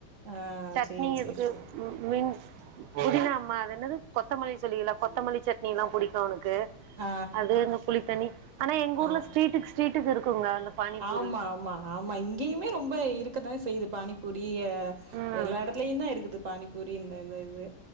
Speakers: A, on the right; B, on the right.
A: ஆ
B: சட்னி
A: சேரி
B: எதுக்கு
A: சேரி சேரி
B: மீன் புதினா அம்மா அது என்னது கொத்தமல்லி சொல்லுவேல்ல கொத்தமல்லி சட்னில்லா புடிக் அவனுக்கு
A: ஆ
B: அது இந்த புளித்தண்ணி ஆனா எங்க ஊர்ல
A: ஆ
B: ஸ்டீட்டுக்கு ஸ்டீட்டுக்கு இருக்குங்க பானிபூரி
A: ஆமா ஆமா ஆமா இங்கேயுமே ரொம்ப இருக்கத்தா செய்யுது பானிபூரி
B: ம்
A: எல்லா எடத் க்ளையுதா இருக்குது பானிபூரி இந்த இந்த இது